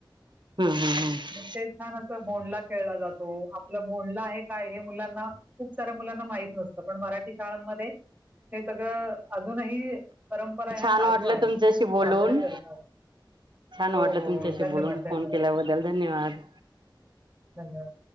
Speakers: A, on the right; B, on the right.
A: हम्म हम्म हम्म
B: ते छान असं भोंडला खेळला जातो. आपला भोंडला हे काय हे मुलांना खूप साऱ्या मुलांना माहित नसतं पण मराठी शाळांमध्ये हे सगळं अजूनही परंपरा ह्या
A: छान
B: चालू
A: वाटलं
B: आहेत.
A: तुमच्याशी बोलून
B: साजरा करतात.
A: छान
B: हो,
A: वाटलं
B: हो,
A: तुमच्याशी
B: हो. धन्यवाद,
A: बोलून
B: धन्यवाद,
A: फोन केल्याबद्दल धन्यवाद
B: धन्यवाद